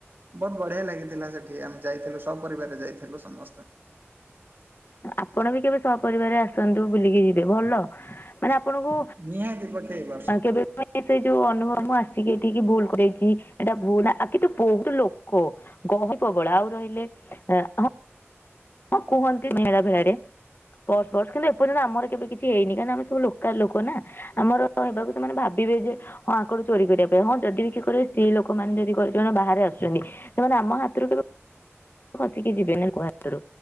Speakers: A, on the right; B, on the left.
A: ବହୁତ ବଢିଆ ଲାଗିଥିଲା ସେଠି ଆମେ ଯାଇଥିଲୁ ସବୁ ପରିବାରରେ ଯାଇଥିଲୁ ସମସ୍ତେ।
B: ଆପଣ ବି କେବେ ସପରିବାର ଆସନ୍ତୁ ବୁଲିକି ଯିବେ ଭଲ। ମାନେ ଆପଣଙ୍କୁ
A: ନିହାତି ପକେଇବା।
B: ଆ କେବେ ସେ ଯୋଉ ଅନୁଭବ ମୁଁ ଆସିକି ଏଠିକି ଭୁଲ କରଛି ଏଇଟା ଭୁଲ ଆ କି ତୁ ବହୁତ ଲୋକ। ଗହଳି ପ୍ରବଳ ଆଉ ରହିଲେ ହଁ ହଁ କୁହନ୍ତି ମେଳା ଭେଳାରେ ପରର୍ସ ବର୍ସ କିନ୍ତୁ ଏର୍ଯ୍ୟନ୍ତ ଆମର କେବେ କିଛି ଏଇନି କାହିଁକ ଆମ ସବୁ ଲୋକାଲ ଲୋକ ନା। ଆମର ହେବାକୁ ସେମାନେ ଭାବିବେ ଯେ ହଁ ଆଙ୍କରୁୁ ଚୋରି କରିବା ପାଇଁ ହଁ ଯଦି ବି କିଏ କରେ ସ୍ତ୍ରୀ ଲୋକମାନେ ଯଦି କରେ କରୁଛନ୍ତି ବାହାରେ ଆସୁଛନ୍ତି। ସେମାନେ ଆମ ହାତରୁ କେବେ <inaudible> ଖସିକି ଯିବେନି କୁହା। ତରୁ